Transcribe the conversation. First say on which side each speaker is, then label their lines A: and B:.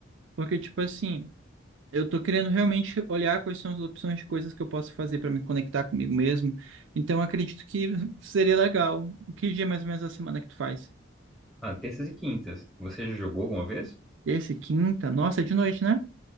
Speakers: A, on the right; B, in the centre.
A: porque tipo assim, eu tô querendo realmente olhar quais são as opções de coisas que eu posso fazer para me conectar comigo mesmo. Então eu acredito que <laughs> seria legal. Que dia mais ou menos da semana que tu faz?
B: Ah, terças e quintas. Você já jogou alguma vez?
A: Esse quinta? Nossa, é de noite, né?